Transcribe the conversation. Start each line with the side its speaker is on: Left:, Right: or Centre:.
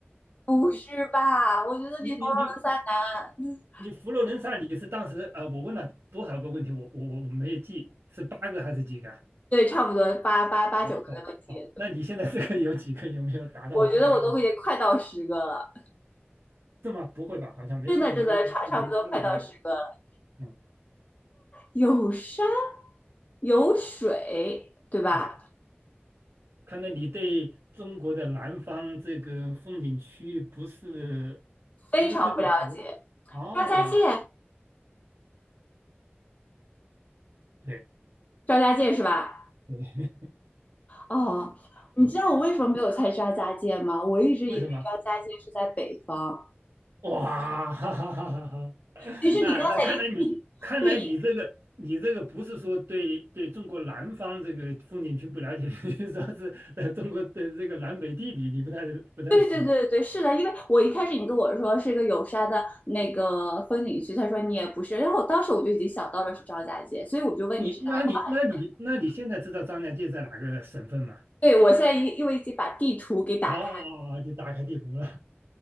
Left: 不是吧？我觉得比《佛罗伦萨》难。
Right: <laughs> 你你你你佛罗伦萨你是当时啊、呃我问了多少个问题？我我我我没有记，是八个还是几个啊？
Left: 对，差不多八八八九个的问题。
Right: 我哦哦，那你现在这个有几个？有没有达到八个？
Left: 我觉得我都已经快到十个了，
Right: 是吗？不会吧？好像没到，
Left: 真的真的差差不多快到十个了。
Right: 因为我看你们八个左右。嗯
Left: 有山，有水，对吧？
Right: 啊，看来你对中国的南方这个风景区不是
Left: 非常不了解。
Right: 不是特别熟。哦，
Left: 张家界，
Right: 对
Left: 张家界是吧？
Right: 对，
Left: 哦，你知道我为什么没有猜张家界吗？我一直以为张家界是在北方。
Right: 为什么？哇，哈哈哈哈哈！<laughs>
Left: 其实你刚才一对
Right: 啊，那看来你看来你这个你这个不是说对对中国南方这个风景区不了解，<laughs> 说说是呃中国的这个南北地理你不太不太熟。
Left: 对对对对，对，是的，因为我一开始你跟我说是一个有山的那个风景区，他说你也不是，然后我当时我就已经想到了是张家界，所以我就问你是南方。
Right: 你那你那你那你现在知道张家界在哪个省份吗？
Left: 对，我现在因因为已经把地图给打开，
Right: 哦，你打开地图了，